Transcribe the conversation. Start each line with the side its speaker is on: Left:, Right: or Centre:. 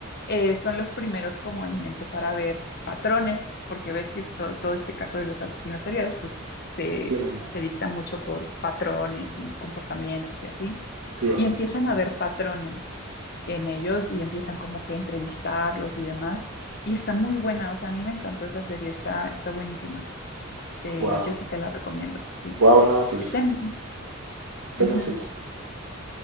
Left: eh, son los primeros como en empezar a ver patrones, porque ves que to- todo este caso de los asesinos seriales, pues se,
Right: Tiene,
Left: se dicta mucho por patrones y comportamientos y así,
Right: sí, bastante.
Left: y empiezan a ver patrones en ellos y empiezan como que a entrevistarlos y demás, y está muy buena, o sea, a mí me encantó esa serie, está, está buenísima, Eh,
Right: Wow.
Left: yo sí te la recomiendo, sí.
Right: Wow, no, pues
Left: Está en...
Right: está
Left: ujú.
Right: en Netflix.